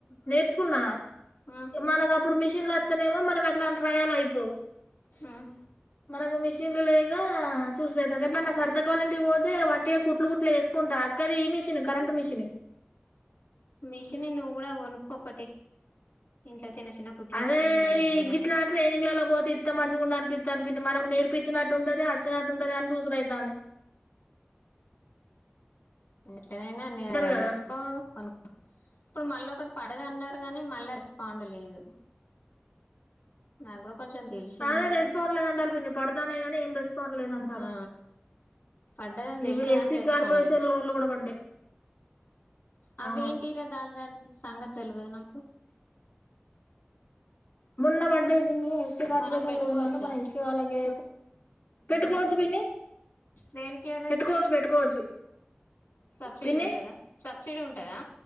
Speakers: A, on the left; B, on the left.
A: నేర్చుకున్నా
B: ఉమ్
A: మనకు అప్పుడు మిషన్లు అత్తనేమో మనకు అట్లాంటి ట్రయాలు అయిపోవు
B: ఉమ్
A: మనకు మిషన్లు లేక చూసూడు అయితంది ఎప్పుడన్న సారితక్క వాలింటికి పోతే వాట్టిగా కుట్లు కుట్లు వేసుకుంటా అక్కది ఈ మిషిన్ కరెంట్ మిషిన్
B: మిషనీ నువ్వు కూడా కొనుక్కో ఓకటి ఇంట్ల చిన్న చిన్న కుట్లు
A: అదే
B: ఏసుకుంది నయం
A: ఈ
B: గాదా
A: గిట్లా ట్రైనింగ్లలో పోతే ఇంత మంచిగా ఉండు అనిపిత్తంది మనకు నేర్పించినట్టుంటది ఆ అచ్చినాట్టు ఉంటది. గాని చూసూడు ఆయితంది
B: ఎట్నైనా నే
A: కదా
B: నేర్సుకో కొను ఇప్పుడు మళ్ళీ ఒకటి పడది అన్నారు గానీ మళ్ళా రెస్పాండ్ లేదు. నాకు కూడా కొంచెం తెలిసింది
A: అదే రెస్పాండ్
B: అని
A: లేదంటారు పిన్ని పడుతున్నాయి గాని ఏం రేస్ పాండ్ లేదంటారు.
B: ఆ పడ్డదని
A: ఇవి
B: తెలుసు కాని
A: ఎస్సీ
B: రెస్పాండ్
A: కార్పొరేషన్
B: లేదు
A: లోన్లు కూడా పడ్డాయి.
B: అవి
A: ఆ
B: ఏంటియి రా దా దాని సంగతి తెలవది నాకు
A: మొన్న పడ్డయి పిన్ని ఎస్సీ కార్పొరేషన్
B: మనం పెట్టుకోవచ్చా
A: లోన్ అంటే మన ఎస్సీ వాళ్ళకే పెట్టుకోవచ్చు పిన్ని
B: దేనికి గురించి
A: పెట్టుకోవచ్చు పెట్టుకోవచ్చు.
B: సబ్సిడీ
A: పిన్ని
B: ఉంటదా సబ్సిడీ ఉం టదా